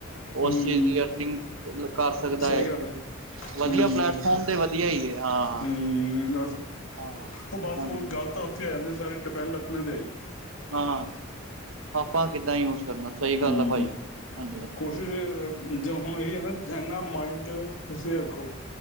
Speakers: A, on the left; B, on the right.
A: ਹੂੰ
B: ਉਸ ਚੀਜ਼ ਦੀ ਅਰਨਿੰਗ ਕਰ ਸਕਦਾ
A: ਸਹੀ
B: ਹੈ
A: ਗੱਲ
B: ਵਧੀਆ
A: ਹੂੰ
B: ਪਲੈਟਫਾਰਮ ਤੇ ਵਆ ਹੈ। ਹਾਂ
A: ਹਮ।
B: ਹਾਂ
A: ਉਹ ਬਸ
B: ਹਾਂਜੀ
A: ਉਹ ਗੱਲ ਤਾਂ ਉੱਥੇ ਆ ਸਾਰੇ ਡਿਪੈਂਡ ਆਪਣੇ ਦੇ
B: ਹਾਂ ਆਪਾਂ ਕਿੱਦਾਂ ਯੂਜ ਕਰਨਾ ਸਹੀ ਗੱਲ
A: ਹਮ
B: ਆ ਭਾਜੀ ਹ
A: ਕੋਸ਼ਿਸ਼ ਜ ਹੁਣ ਇਹੀ ਹੈ ਨਾ ਇਨਾ ਮਾਇੰਡ ਤੁਸੀਂ ਰੱਖੋ